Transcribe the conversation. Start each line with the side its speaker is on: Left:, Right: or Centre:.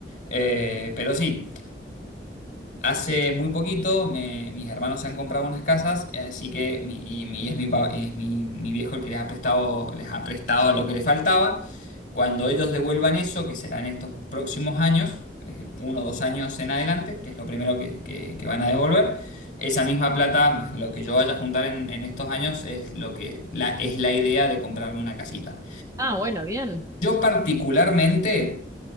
Left: Eh, pero sí, Hace muy poquito me- mis hermanos se han comprado unas casas, así que mi- y, mi- y es, mi, pa- es mi- mi viejo el que les ha prestado, les ha prestado lo que les faltaba. Cuando ellos devuelvan eso, que serán estos próximos años, eh, uno o dos años en adelante, que es lo primero que, que- que van a devolver, esa misma plata, más lo que yo vaya a juntar en, en estos años, es lo que la, es la idea de comprarme una casita.
Right: Ah, bueno, bien.
Left: Yo particularmente,